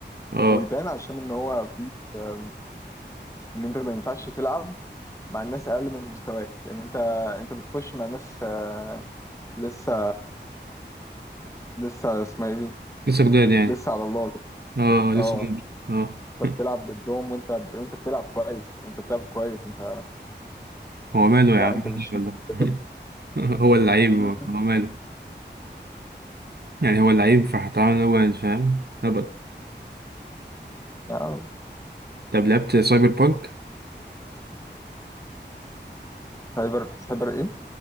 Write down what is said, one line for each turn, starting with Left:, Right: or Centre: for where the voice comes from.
Right: اه
Left: والبان عشان ان هو في آم، ان انت ما ينفعش تلعب مع الناس اقل من مستواك يعني انت انت بتخش مع ناس آه، لسه لسه اسمها ايه دي
Right: لسه جداد يعني
Left: لسه على الله
Right: اه لسه
Left: اه
Right: جداد اه
Left: انت
Right: <laughs>
Left: بتلعب ضدهم وانت انت بتلعب كويس انت بتلعب كويس انت
Right: هو ماله
Left: لا
Right: يا عم
Left: انت
Right: مين
Left: مش
Right: ولا
Left: مش ضدهم.
Right: <laughs> هو اللعيب هو
Left: مم.
Right: ماله يعني هو اللعيب فهتعامل هو فاهم هبل
Left: آه،
Right: طب لعبت سايبر بانك
Left: سايبر سايبر ايه